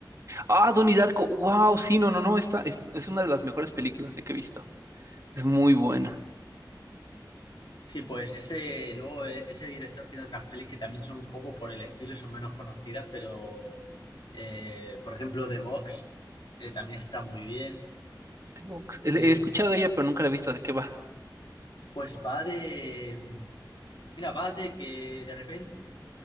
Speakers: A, on the right; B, on the left.
A: Ah, Donnie Darko. Wow, sí, no, no, no. Esta, es es una de las mejores películas eh, que he visto. Es muy buena.
B: Sí, pues ese, luego eh, ese director tiene otras pelis que también son un poco por el estilo y son menos conocidas, pero eh, por ejemplo, The Box eh, también está muy bien.
A: The Box. He he
B: Es,
A: escuchado de ella, pero nunca la he visto. ¿De qué va?
B: pues va de, mm, mira, va de que de repente